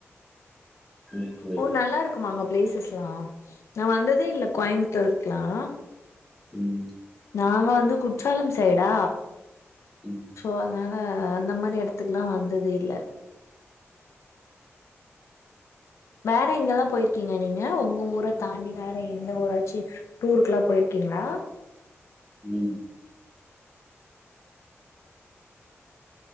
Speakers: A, in the centre; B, on the left.
A: இருக்கு
B: ஓ நல்லா இருக்குமா அங்க பிளேஸ் பேசுலாம் நான் வந்ததே இல்ல கோயம்புத்தூருக்குலாம்
A: உம்
B: நாங்க வந்து குற்றாலம் சைடா
A: ம்
B: சோ அதுனா ஆஹ் அந்த மாரி இடத்துக்குல்லாம் வந்ததே இல்ல வேற எங்கெல்லாம் போய்யிருக்கீங்க நீங்க உங்க ஊர தாண்டி வேற எந்த ஊராச்சி டூருக்குல்லா போயிருக்கீங்களா
A: உம்